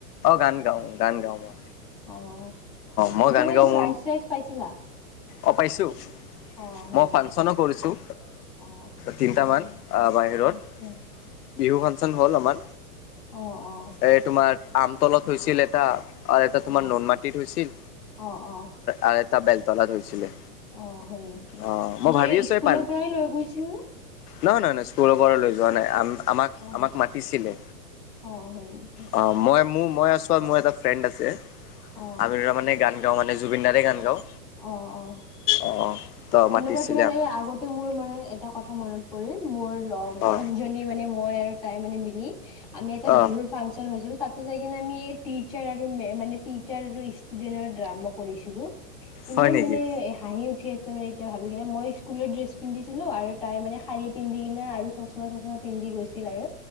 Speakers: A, on the left; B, in the centre.
A: অ গান গাও গান গাও অ
B: অ
A: মই
B: কেতিয়াবা
A: গান গাওঁ
B: এনে
A: মোৰ
B: প্ৰাইজ চাইজ পাইছিলা?
A: অ পাইছোঁ
B: অ হয়
A: মই
B: নেকি
A: ফাংচনো কৰিছোঁ
B: অ
A: তিনিটামান বাহিৰত
B: আচ্ছা
A: বিহু ফাংচন হ'ল আমাৰ
B: অ অ
A: এই তোমাৰ আম তলত হৈছিল এটা আৰু এটা তোমাৰ
B: অ
A: নুন মাটিত হৈছিল
B: অ অ
A: আৰু এটা বেল তালাধ হৈছিলে।
B: অ হয় নেকি
A: অ', মই
B: তোমাৰ
A: ভাবি
B: এই
A: আছোঁ
B: স্কুলৰ
A: পান
B: পৰাই লৈ গৈছিল নে
A: নহয় নহয় নহয় স্কুলৰ পৰা লৈ যোৱা নাই আম আমাক
B: অ
A: আমাক মাতিছিলে
B: অ হয় নেকি
A: অ মই মোৰ মই ওচৰত মোৰ এটা ফ্ৰেণ্ড আছে
B: অ
A: আমি দুটা মানে গান গাওঁ মানে জুবিন দাৰেই গান গাওঁ
B: অ অ
A: অ ত
B: সেনেকুৱা
A: মাতিছিলে
B: তোমাৰ
A: আমাক
B: এই আগতে মোৰ মানে এটা কথা মনত পৰিল মোৰ লগৰ
A: অ
B: জনী মানে মই আৰু তাই মানে মিলি আমি এটা
A: অ
B: বিহুৰ ফাংচন হৈছিল তাত তেতিয়া যাই কিনে আমি টিচাৰ আৰু মানে টিচাৰ আৰু ষ্টুডেণ্টৰ ড্ৰামা কৰিছিলোঁ। ইমান
A: হয় নেকি
B: মানে হাঁহি উঠি আছে মানে এতিয়া ভাবি কিনে মই স্কুলত ড্ৰেছ পন্ধিছিলো আৰু তাই মানে শাৰী পিন্ধি কিনে আৰু তাই চশমা চশমা পিন্ধি গৈছিল। আৰু